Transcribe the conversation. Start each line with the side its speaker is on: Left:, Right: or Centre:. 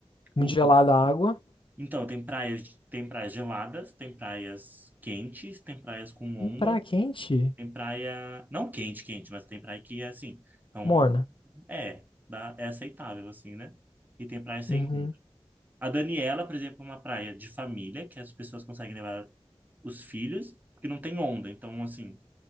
Left: muito
Right: O
Left: gelada
Right: campo.
Left: a água.
Right: Então, tem praias, de- tem praias geladas, tem praias quentes, tem praias com onda,
Left: Tem praia quente?
Right: tem praia, não quente, quente, mas tem praia que é assim, então
Left: Morna.
Right: é, dá, é aceitável assim, né? E tem praia sem
Left: Uhum.
Right: onda. A Daniela, por exemplo, é uma praia de família, que as pessoas conseguem levar os filhos, porque não tem onda, então assim,